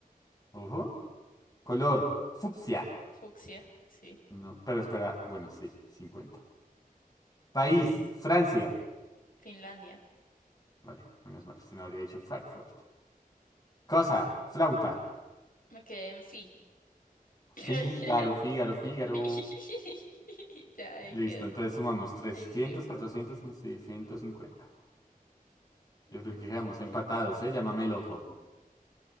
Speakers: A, on the left; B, on the left.
A: Ojo. Color. Fucsia.
B: Fucsia. Sí.
A: No. Pero espera. Bueno, sí. cincuenta. País. Francia.
B: Finlandia.
A: Vale, menos mal, si no habría dicho Frankfurt. Cosa, flauta.
B: Me quedé en fi. <laughs>
A: Fígaro, Fígaro, Fígaro.
B: Fi. <laughs> Ya ahí
A: Listo,
B: quedó.
A: entonces sumamos trescientos
B: Ahí murió.
A: cuatrocientos seiscientos cincuenta
B: Dos,
A: Yo creo que quedamos
B: tres,
A: empatados, ¿eh? Llámame
B: cuatro,
A: loco.